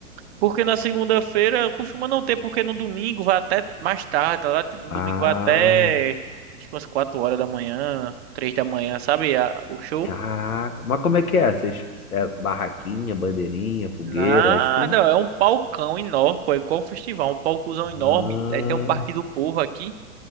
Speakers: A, on the right; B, on the left.
A: Porque na segunda-feira costuma não ter, porque no domingo vai até mais tarde, tá lá? Tipo, no
B: Ah.
A: domingo vai até acho que umas 4 horas da manhã, 3 da manhã, sabe? A- o show.
B: Caraca. Mas como é que é? Vocês, é barraquinha, bandeirinha, fogueira,
A: Nada,
B: é assim?
A: é um palcão enorme, pô, é igual um festival, um palcozão
B: Ah,
A: enorme. Aí tem um Parque do Povo aqui,